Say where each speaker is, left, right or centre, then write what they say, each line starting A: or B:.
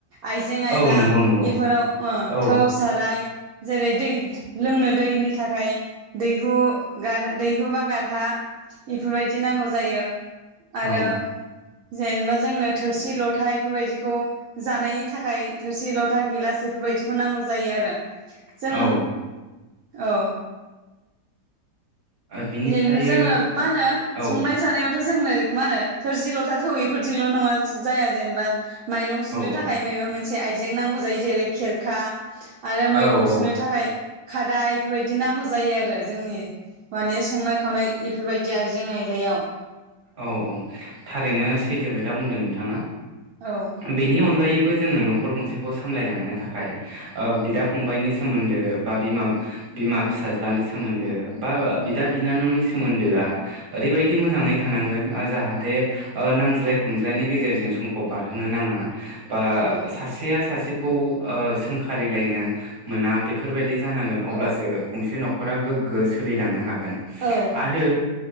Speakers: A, on the right (about 70°); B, on the right (about 35°).
A: आइजें आयला
B: औ नंगौ नंगौ
A: एफोराव ओ
B: औ
A: थौ साराय जेरै दै लोंनो दैनि थाखाय दैहु गार दैहु बा गारहा बेफोरबायदि नांगौ जायो।
B: औ
A: आरो जेनेबा जोंनो थोरसि ल था बेफोरबायदिखौ जानायनि थाखाय थोरसि लथा गिलास बेफोरबायदिखौ नांगौ जायो आरो जों
B: औ
A: औ
B: बिनिफ्रायो
A: <unintelligible> जोङो मा होनो
B: औ
A: संनाय जानायाव थ' जोंनो मा होनो थोरसि ल'था थौ एफोरजोंल' नङा जाया जेनेबा माइरं सुनो
B: औ
A: थाखाय माबेबा मोन से आइजें नांगौ जायो जेरै खेरखा आरो मैगं
B: औ औ
A: सुनो थाखाय खादा इफोरबायदि नांगौ जायो आरो जोंनि बे संनाय खावनाय इफोरबायदि आइजें आयलायाव।
B: औ औ थारैनो सैथो खोथा बुंदों नोंथाङा।
A: औ
B: बेनि अनगायै बो जोङो न'खर गंसेखौ सामलायलांनो थाखाय ओ बिदा फंबायनि सोमोन्दो बा बिमा बिमा फिसाज्लानि सोमोन्दो बा ओ बिदा बिनानावनि सोमोन्दोआ ओरैबायदि मोजाङै थानांगोन ओ जाहाथे ओ नांज्लाय खमज्लायनि गेजेरजों समखौ बारहोनो नाङा। बा
A: औ
B: सासेया सासे खौ ओ सोंखारिलायनो मोना बेफोरबायदि जानांगोन अब्लासो
A: औ
B: गंसे न' खरा गोग्गो सोलि लांनो हाग गोन
A: औ
B: आरो